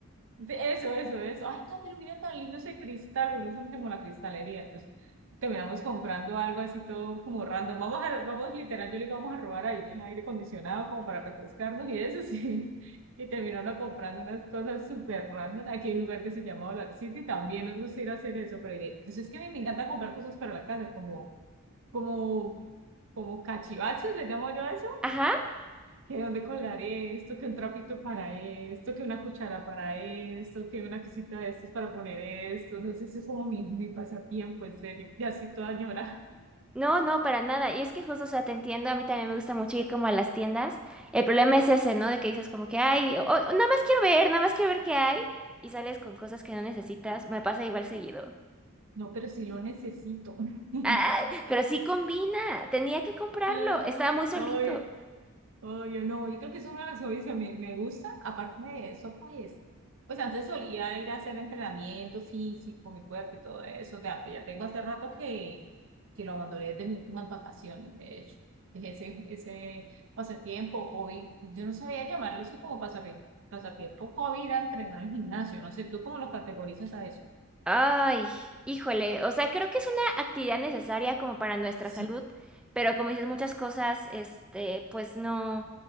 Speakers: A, on the right (about 65°); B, in the centre.
A: de- Eso, eso, eso. Ay, no, pero mira tan lindo ese cristal, uno usamos como la cristalería, entonces terminamos comprando algo así todo como random. Vamos a, vamos literal, yo le digo, vamos a robar aire, aire acondicionado como para refrescarnos y eso, <laughs> sí. Y terminando comprando unas cosas súper random. Aquí hay un lugar que se llama Dollar City, también nos gusta ir a hacer eso, pero entonces es que a mí me encanta comprar cosas para la casa, como, como, como cachivaches, le llamo yo a eso
B: Ajá,
A: que dónde colgar esto, que un trapito para esto, que una cuchara para esto, que una cosita de estas para poner esto, no sé, ese es como mi, mi pasatiempo, en serio, ya soy toda ñora,
B: no, no, para nada. Y es que justo, o sea, te entiendo, a mí también me gusta mucho ir como a las tiendas. El problema es ese, ¿no? De que dices como que, ay, o- o, nada más quiero ver, nada más quiero ver qué hay. Y sales con cosas que no necesitas, me pasa igual seguido.
A: no, pero sí lo necesito, <laughs>
B: Ay, pero sí combina, tenía que comprarlo,
A: claro,
B: estaba muy solito.
A: oye, Oh, yo no, yo creo que es una de las hobbies que me, me gusta, aparte de eso, pues, pues antes solía ir a hacer entrenamiento físico, mi cuerpo y todo eso, de que ya tengo hace rato que, que lo abandoné desde mis últimas vacaciones, de hecho, Dejé ese, ese pasatiempo, hobby, yo no sabía llamarlo así como pasatiempo, pasatiempo, hobby era entrenar al gimnasio, no sé, ¿tú cómo lo categorizas a eso?
B: Ay, híjole, o sea, creo que es una actividad necesaria como para nuestra
A: Sí,
B: salud, pero como dices, muchas cosas, este, pues no,